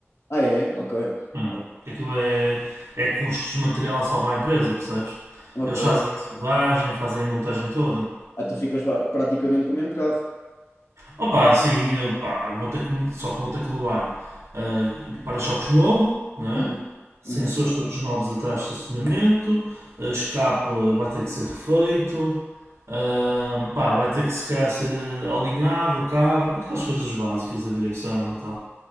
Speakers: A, on the left; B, on the right.
A: Ah, é? Ok.
B: Hum,
A: Ok,
B: aquilo é, é custos de material só para a empresa, percebes?
A: Ok,
B: Eles fazem a soldagem, fazem a montagem toda.
A: Ah, tu ficas ba- praticamente com o mesmo carro.
B: Opa, sim pá, vou ter que, só que vou ter que levar ah, para-choques novo, não
A: Uhum.
B: é? sensores
A: Uhum.
B: todos novos atrás de estacionamento, ah, escape vai ter que ser refeito, ah, pá, vai ter que se calhar ser ah, alinhado o carro, aquelas coisas básicas, a direção e tal.